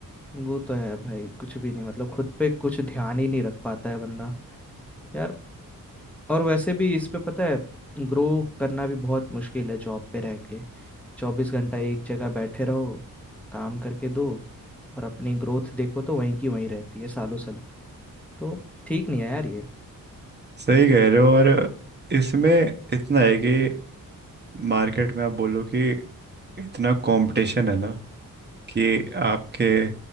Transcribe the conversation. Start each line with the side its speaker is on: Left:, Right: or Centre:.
Centre: वो तो है भाई कुछ भी नहीं मतलब खुद पे कुछ ध्यान ही नहीं रख पाता है बंदा यार और वैसे भी इस पे पता है ग्रो करना भी बहुत मुश्किल है जॉब पे रह के चौबीस घंटा एक जगह बैठे रहो काम करके दो और अपनी ग्रोथ देखो तो वहीं की वहीं रहती है सालों साल तो ठीक नहीं है यार ये
Right: सही कह रहे हो और इसमें इतना है कि मार्केट में आप बोलो कि इतना कंपटीशन है ना कि आपके